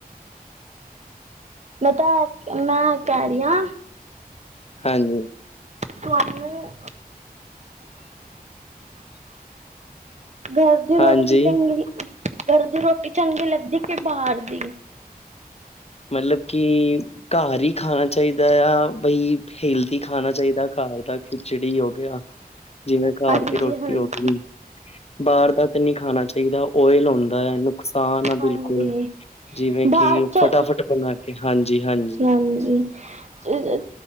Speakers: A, on the right; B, on the left.
A: ਪਤੈ ਮੈ ਕੈ ਰਈ ਆਂ
B: ਹਾਂਜ
A: ਤੁਆਨੂੰ <inaudible> ਗਰ ਦੀ
B: ਹਾਂਜੀ
A: ਰੋਟੀ ਚੰਗੀ ਗਰ ਦੀ ਰੋਟੀ ਚੰਗੀ ਲਗਦੀ ਕੇ ਬਾਰ ਦੀ?
B: ਮਲੇ ਕੀ ਘਰ ਈ ਖਾਣਾ ਚਾਈਦਾ ਆ ਬਈ ਹੇਲਦੀ ਖਾਣਾ ਚਾਈਦਾ ਘਰ ਦਾ ਖੀਚੜੀ ਹੋ ਗੇਆ, ਜਿਵੇ ਘਰ
A: ਹਾਂਜੀ
B: ਦੀ ਰੋਟੀ
A: ਹਾਂਜੀ
B: ਹੋ ਗੀ। ਬਾਰ ਦਾ ਤਾਂ ਨਈ ਖਾਣਾ ਚਾਈਦਾ ਓਈਲ ਹੁੰਦਾ ਨੁਕਸ ਤਾਂ ਨਾ
A: ਹਾਂਜੀ
B: ਬੇਲਕੁਲ ਜਿਵੇ
A: ਬਾਹਰ
B: ਕੇ ਓ
A: ਚ
B: ਫਟਾਫਟ ਬਣਾ ਕੇ ਹਾਂਜੀ- ਹਾਂਜੀ,
A: ਹਾਂਜੀ। ਜੇ ਜੇ